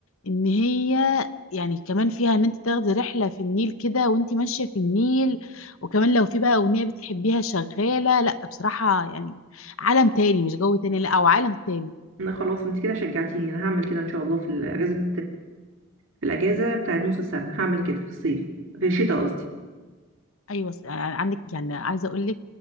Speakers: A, on the left; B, on the right.
A: ان هي يعني كمان فيها ان انت تاخدي رحله في النيل كده وانت ماشيه في النيل وكمان لو في بقى اغنيه بتحبيها شغاله لا بصراحه يعني عالم تاني مش جو تاني لا او عالم تاني
B: لا خلاص انت كده شجعتيني انا هعمل كده ان شاء الله في الاجازه في الاجازه بتاعت نص السنه هعمل كده في الصيف في الشتاء قصدي
A: ايوه س- آه، عندك يعني عايزه اقول لك